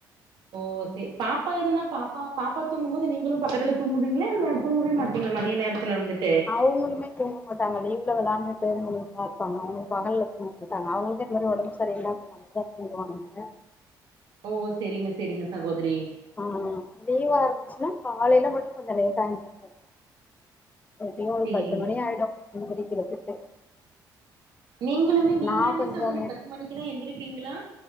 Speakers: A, on the right; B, on the left.
A: ஓ சேர் பாப்பா இருந்தா பாப்பா பாப்பா தூங்கும் போது நீங்களும் பக்கத்துல தூங்குவீங்களா இல்ல தூங்கவே மாட்டீங்களா மதிய நேரத்துல வந்துட்டு
B: அவுங்களுமே தூங்க மாட்டாங் மாட்டாங்க லீவ்ல வெளாண்டுட்டு அதே மாரிதான் இருப்பாங்க அவுங்க பகல்ல தூங்க மாட்டாங்க அவுங்களுக்கே இந்த மாரி உடம்பு சரி இல்லனா போய்டு வருவாங்க
A: ஓ செரிங்க செரிங்க சகோதரி
B: ஆ லீவா இருந்துச்சுன்னா காலையில மட்டும் கொஞ்சோ லேட்டா எந்திரிப்போம் எப்டியும் ஒரு
A: சேரிங்
B: பத்து மணி ஆயிடும் எந்திரிக்கிறதுக்கு
A: நீங்களுமே நீங்களுமே
B: நா கொஞ்சோ
A: சகோதரி பத்து மணிக்குதான் எந்திருப்பீங்களா